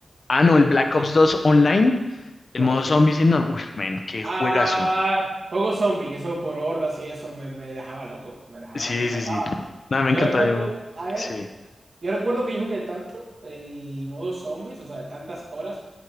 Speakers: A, on the left; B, on the right.
A: Ah,
B: Y-
A: no, el Black Ops
B: y-
A: dos online. El
B: uf.
A: modo zombies enorme. Uf, man, qué
B: Ah,
A: juegazo.
B: juego zombie, eso por hordas y eso me, me dejaba loco, me dejaba,
A: Sí,
B: me encantaba.
A: sí, sí. No, me
B: Yo
A: encanta.
B: recuerdo,
A: Yo...
B: a ver,
A: Sí.
B: yo recuerdo que yo jugué tanto el modo zombies, o sea, de tantas horas,